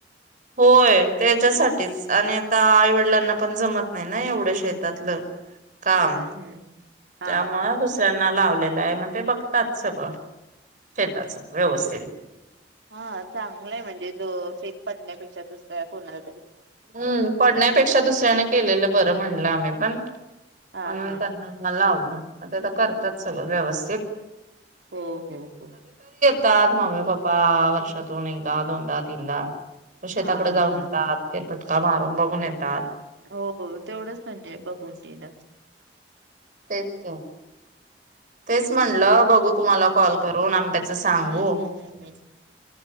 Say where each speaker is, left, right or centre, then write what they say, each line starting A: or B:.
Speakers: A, on the right; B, on the right.
A: होय त्याच्यासाठीच आणि आता आईवडिलांना पण जमत नाही ना एवढं शेतातलं काम
B: हम्म हम्म हा
A: त्यामुळे दुसऱ्यानां लावलेलाय मग ते बघतात सगळं शेताच व्यवस्थित
B: हा चांगलंय म्हणजे जो शेत पडण्या तुमच्या दुसऱ्या कोणा
A: हं पडण्यापेक्षा दुसऱ्याने केलेलं बरं म्हणलं आम्ही पण म्हणून
B: हा हा
A: त्यांना म लावलं आता ते करत्यात सगळं व्यवस्थित
B: हो हो हो
A: त आत मम्मी पप्पा वर्षातून एकदा दोनदा तीनदा शेताकडे
B: हा
A: जाऊन
B: हा
A: येतात पटका मारून बघून येतात
B: हो हो तेवढंच म्हणजे बघून तिन
A: तेच की तेच म्हटलं बघू तुम्हाला कॉल करून आम त्याच सांगू
B: हम्म हम्म हम्म